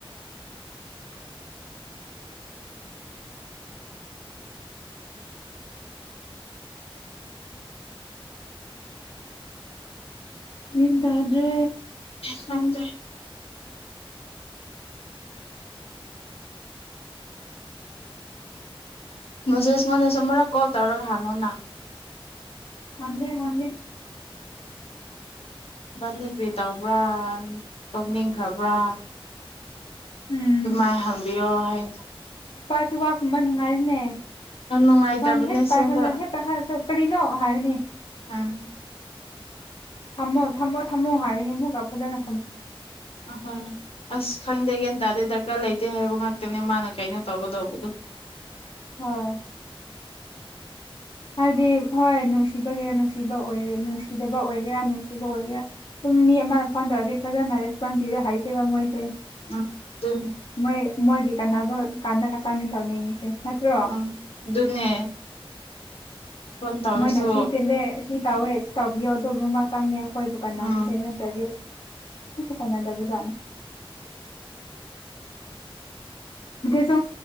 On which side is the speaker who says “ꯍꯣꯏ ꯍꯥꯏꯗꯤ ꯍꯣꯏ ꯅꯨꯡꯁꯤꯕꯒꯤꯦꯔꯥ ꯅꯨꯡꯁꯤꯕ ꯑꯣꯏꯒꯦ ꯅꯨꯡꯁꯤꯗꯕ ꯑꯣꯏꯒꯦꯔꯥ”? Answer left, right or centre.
Left